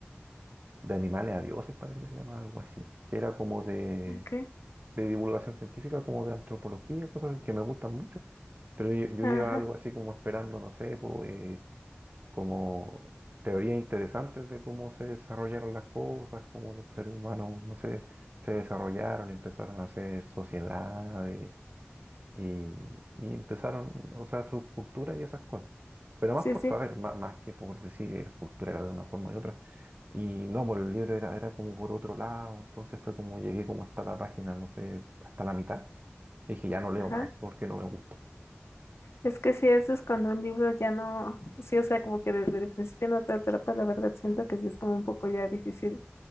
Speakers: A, on the right (about 45°); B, on the left (about 80°).
A: de animales a dioses, parece que se llama algo así, que era como de,
B: <laughs> ok,
A: de divulgación científica, como de antropología, cosas que me gustan mucho, pero yo, yo
B: Ajá,
A: iba algo así como esperando, no sé, po, eh, como teorías interesantes de cómo se desarrollaron las cosas, cómo los seres humanos, no sé, se desarrollaron, empezaron a hacer sociedades, y, y empezaron, o sea, su cultura y esas cosas. Pero más
B: sí,
A: por
B: sí,
A: saber, má- más, que por decir que la cultura era de una forma y otra. Y no, por el libro era, era como por otro lado. Entonces fue como llegué como hasta la página, no sé, hasta la mitad. dije, ya no leo
B: ajá.
A: más porque no me gustó.
B: Es que sí, eso es cuando un libro ya no, sí, o sea, como que desde el principio no te atrapa, la verdad siento que sí es como un poco ya difícil